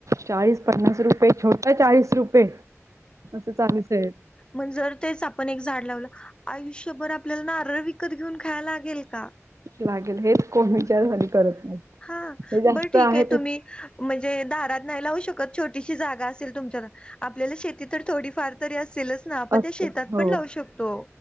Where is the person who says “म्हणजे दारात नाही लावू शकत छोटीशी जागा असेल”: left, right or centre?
Left